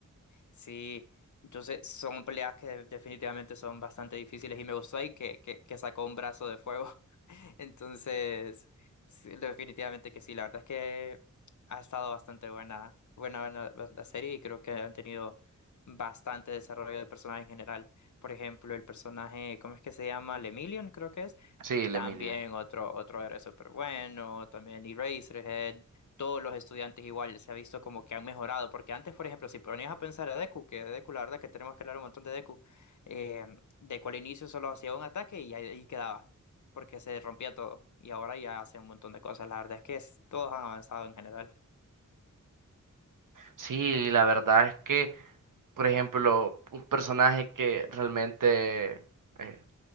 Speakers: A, on the left (about 65°); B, on the right (about 85°).
A: Sí, entonces son peleas que de- definitivamente son bastante difíciles y me gustó ahí que, que, que sacó un brazo de fuego. <laughs> Entonces, sí, definitivamente que sí, la verdad es que ha estado bastante buena, buena, buena la, la serie y creo que han tenido bastante desarrollo de personaje en general. Por ejemplo, el personaje, ¿cómo es que se llama? Lemillion, creo que es.
B: Sí, el
A: También
B: Emilio.
A: otro, otro era súper bueno, también Eraserhead, todos los estudiantes igual se ha visto como que han mejorado, porque antes, por ejemplo, si ponías a pensar a Deku, que Deku, la verdad que tenemos que hablar un montón de Deku, eh, Deku al inicio solo hacía un ataque y ahí, ahí quedaba, porque se rompía todo, y ahora ya hace un montón de cosas, la verdad es que es- todos han avanzado en general.
B: Sí, la verdad es que, por ejemplo, un personaje que realmente eh,